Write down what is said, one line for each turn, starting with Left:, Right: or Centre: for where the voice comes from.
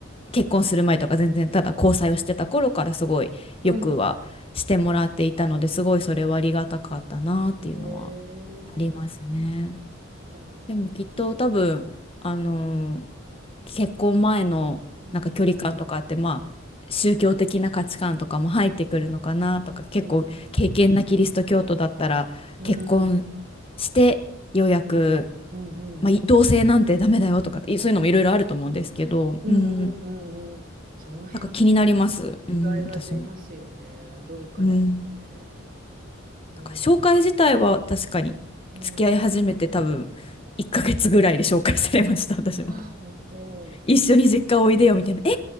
Left: 結婚する前とか全然ただ交際をしてた頃からすごいよくはしてもらっていたのですごいそれはありがたかったなっていうのは
Right: うんうん
Left: ありますね。
Right: だ
Left: でもきっと多分、あのー結婚前のなんか距離感とかって、
Right: うん
Left: まあ、宗教的な価値観とかも入ってくるのかなとか、
Right: うん
Left: 結構、
Right: うんうん
Left: 敬虔なキリスト教徒だったら、
Right: うん
Left: 結婚してようやく、
Right: うんうん
Left: まあ、い同性なんてダメだよとか、いそういうのもいろいろあると思うんですけど、
Right: うん
Left: うん、
Right: うんその辺は
Left: なんか気になります。うん、
Right: 違いが出ますよね文化によって
Left: 私も。うん。
Right: うん
Left: なんか紹介自体は確かに、
Right: うん
Left: 付き合い始めて多分、1ヶ月ぐらいで紹介されました、私も。
Right: あ本当
Left: 一緒に実家おいでよみたいな。え、